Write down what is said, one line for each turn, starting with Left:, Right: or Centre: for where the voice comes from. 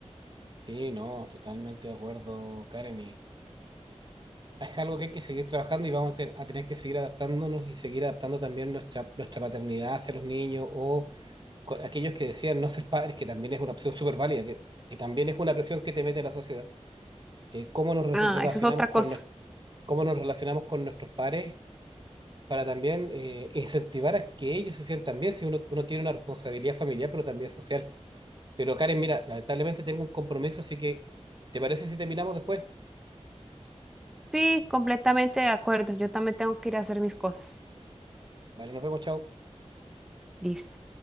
Right: Sí, no, totalmente de acuerdo, Karen. Y, es algo que hay que seguir trabajando y vamos a, te- a tener que seguir adaptándonos y seguir adaptando también nuestra, nuestra paternidad hacia los niños o co- aquellos que decían no ser padres, que también es una opción súper válida, que, que también es una presión que te mete la sociedad. Eh, cómo nos re-
Centre: Ah,
Right: relacionamos
Centre: eso es otra cosa.
Right: con, nues- cómo nos relacionamos con nuestros padres para también eh, incentivar a que ellos se sientan bien, si uno, uno tiene una responsabilidad familiar, pero también social. Pero Karen, mira, lamentablemente tengo un compromiso, así que ¿te parece si terminamos después?
Centre: Sí, completamente de acuerdo. Yo también tengo que ir a hacer mis cosas.
Right: Vale, nos vemos, chao.
Centre: Listo.